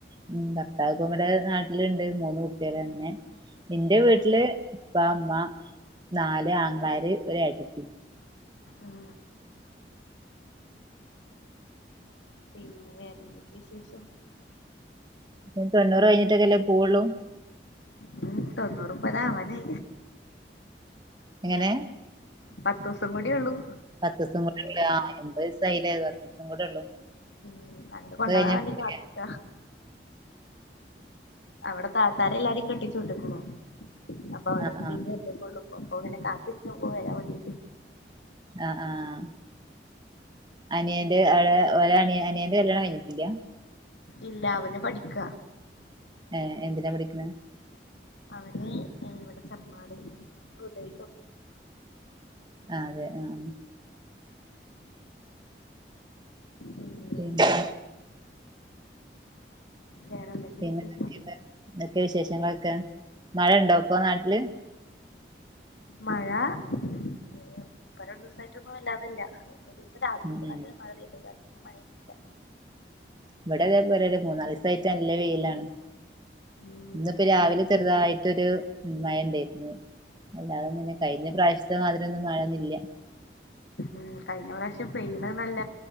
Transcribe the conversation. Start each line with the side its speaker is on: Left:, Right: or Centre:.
Right: ഉം ഭർത്താവ് പ്പം വെടെ നാട്ടില്ണ്ട് മൂന്ന് കുട്ട്യേള് അങ്ങനെ ഇന്റെ വീട്ടില്
Left: ഉം
Right: ഇപ്പ അമ്മ നാല് ആങ്ങളാര് ഒരേട്ടെത്തി
Left: ഉം പിന്നെ വേറെന്തൊക്കെ വിശേഷം?
Right: ഉം തൊണ്ണൂറ് കഴിഞ്ഞിട്ടൊക്കെല്ലേ പോവുള്ളൂ?
Left: ഉം തൊണ്ണൂറുപ്പതാ ആവാനായി
Right: എങ്ങനെ
Left: പത്തോസം കൂഡ്യോള്ളൂ
Right: പത്തോസം കൂടെ ഉള്ളേ ആഹ് എമ്പേസായിലെ പത്തീസം കൂടെ ഉള്ളൂ
Left: ഉം അങ്ങട്ട് കൊണ്ടോആൻ
Right: അത് കഴിഞ്ഞ
Left: വേണ്ടി
Right: പോവൂലേ
Left: കാത്തിക്ക അവിടെ ത്താതാരെ എല്ലാരിം കെട്ടിച്ചു വിട്ടക്ണു. അപ്പ അവടെ
Right: ആഹ്
Left: ഇമ്മ ഒറ്റക്കൊള്ളു ഒപ്പോ പിന്നെ കാത്തിര്ക്മ്പൊ വരാൻ വേണ്ടിട്ട്
Right: അഹ് ആഹ് അനിയന്റെ അവിടെ ല അനിയ അനിയന്റെ കല്യാണം കഴിഞ്ഞിട്ടില്ല
Left: ഇല്ല അവന് പഠിക്ക
Right: ഏഹ് എന്തിനാ പഠിക്കുന്ന്
Left: അവന് ഇവിടെ ചെമ്പാട് ഉദ-
Right: അതെ ഉം ഉം
Left: പിന്നെ
Right: ഉം <unintelligible>
Left: വേറെ എന്തൊക്കെയ
Right: പിന്നെന്തൊക്കെ
Left: വിശേഷം
Right: എന്തൊക്കെ വിശേഷങ്ങളൊക്കെ മഴ ഇണ്ടോ ഇപ്പൊ നാട്ടില്
Left: മഴ ഏ ഇപ്പ കുറെ ദിവസായിട്ടൊന്നും വല്ലാതില്ല രാത്രി
Right: ഉം ഉം
Left: നല്ലൊരു മഴ പെയ്താ പിന്നെ മഴയില്ല
Right: ഇവിടെ അതേ പോലെ മൂന്നാല് ദിവസായിട് നല്ല വെയിലാണ്
Left: ഉം
Right: ഇന്നിപ്പ
Left: ഇവിടൊക്കെ
Right: രാവിലെ ചെറുതായിട്ടൊരു ഉം മഴ ഉണ്ടായിരുന്നു കഴിഞ്ഞ പ്രാവശ്യത്തെ മാതിരി ഒന്നും കാണുന്നില്ല
Left: ഉം കഴിഞ്ഞ പ്രാവശ്യം പെയിന നല്ല